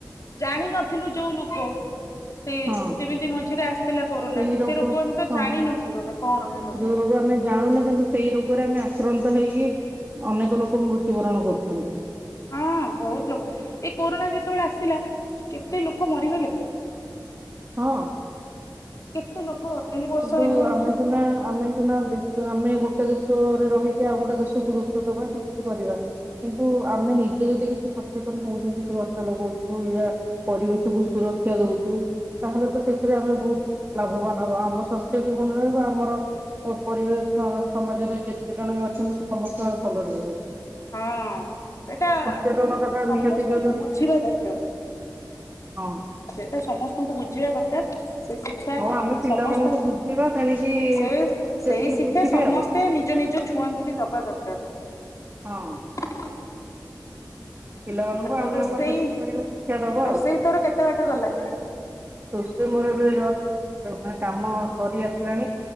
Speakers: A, on the left (about 45°); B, on the right (about 30°).
A: ଜାଣିିନଥିଲୁ। <inaudible> ଲୋକ? ସେଇ
B: ହଁ
A: ଯେମିତି ମଝିରେ ଆସିଥିଲା କୋରୋନା
B: ସେଇ
A: ସେ ରୋଗ ଆମେ ତ
B: ହଁ
A: ଜାଣିିନଥିଲୁ ଆମେ କଣ ହେ ରୋଗ।
B: ଯୋଉ ଆମେ ଜାଣୁନେ କିନ୍ତୁ ସେଇ ରୋଗରେ ଆମେ ଆକ୍ରାନ୍ତ ହେଇକି ଅନେକ ଲୋକ ମୃତ୍ୟୁବରଣ କରୁଛନ୍ତି।
A: ହଁ ବହୁତ ଲୋକ, ଏଇ କୋରୋନା ଯେତେବେଳେ ଆସିଲା କେତେ ଲୋକ ମରିଗଲେ।
B: ହଁ।
A: କେତ ଲୋକ? ଦି ବର୍ଷ
B: କିନ୍ତୁ
A: ଏଇ ଯୋଉ
B: ଆମେ ସିନା ଆମେ ସିନା ଦେସ ଆମେ ଗୋଟେ ଦେଶରେ ରହିକି ଆଉ ଗୋଟେ ଦେଶକୁ ଦୋଷ ଦବା କି କିଛି କରିବ। କିନ୍ତୁ ଆମେ ନିଜେ ଯଦି କିଛି ସଚେତନ ହଉଛୁ କିଛି ଗଛ ଲଗାଉଛୁ ପରିବେଶକୁୁ ସୁରକ୍ଷା ଦଉଛୁ ତାହେଲେ ତ ସେଥିରେ ଆମେ ବହୁତ ଲାଭବାନ ହବା। ଆମ ସ୍ୱାସ୍ଥ୍ୟ ବି ଭଲ ରହିବ, ଆମର ପରିବେଶ ସମାଜରେ ଯେତେ ଜଣ ବି ଅଛନ୍ତି ସମସ୍ତେ ଭଲରେ ରହିବେ।
A: ହଁ, ଏଇଟା
B: ସଚେତନତା ଟା
A: ସମସ୍ତଙ୍କୁ
B: ନିହାତି ଜରୁରୀ
A: ବୁଝିବା ଦରକାର।
B: ହଁ।
A: ସେଇଟା ସମସ୍ତଙ୍କୁ ବୁ ଯିବା ଦରକାର ସେ ଶିକ୍ଷା
B: ହଉ ଆମେ ପିଲାମାନଙ୍କୁ
A: ସମସ୍ତ,
B: ବୁଝେଇବା ତେଣିକି
A: ସେ
B: ସେ
A: ସେଇ
B: ଯେତିକି
A: ଶିକ୍ଷା
B: ବୁଝିବେ
A: ସମସ୍ତେ
B: ଆଉ
A: ନିଜ ନିଜ ଛୁଆଙ୍କୁ ବି ଦବା ଦରକାର।
B: ହଁ। ପିଲାମାନଙ୍କୁ
A: ଆଉ
B: ଆମେ
A: ତୋ ରୋଷେଇ,
B: ଆମର ଯେତିକି ପାରିବା ଶିକ୍ଷା ଦବା
A: ରୋଷେଇ
B: ଆଉ
A: ତୋର କେତେ ବାଟ ଗଲା?
B: ରୋଷେଇ ମୋରେ କାମ ସରି ଆସିଲାଣି।